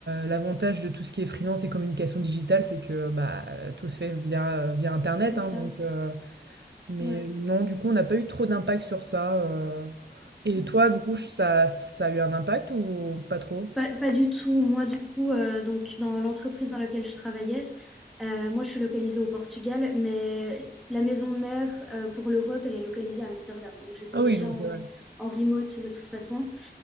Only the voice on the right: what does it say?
l'avantage de tout ce qui est freelance et communication digitale, c'est que, bah, tout se fait via, via internet,
hein,
donc heu, mais
non, du coup, on n'a pas eu trop d'impact sur ça, heu et
toi,
du
coup, ça ça a eu un impact ou pas trop?
Ah
oui, donc
heu, ouais.